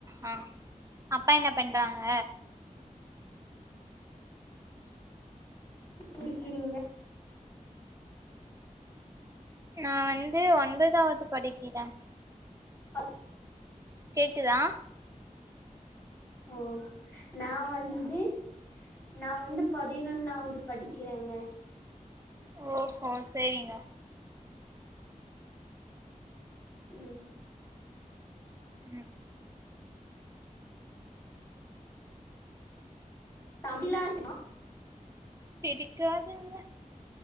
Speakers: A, on the right; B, on the left.
A: ஆ அப்பா என்ன பண்றாங்க
B: புடிக்கிறீங்க
A: நா வந்து ஒன்பதாவது படிக்கிறேன்
B: அ
A: கேக்குதா
B: ஓ நா வந்து நா வந்து பதினொன்னாவது படிக்கிறேங்க
A: ஓஹோ சேரிங்க
B: ம்
A: ம்
B: தமிழா ஸ்சமா
A: பிடிக்காதுங்க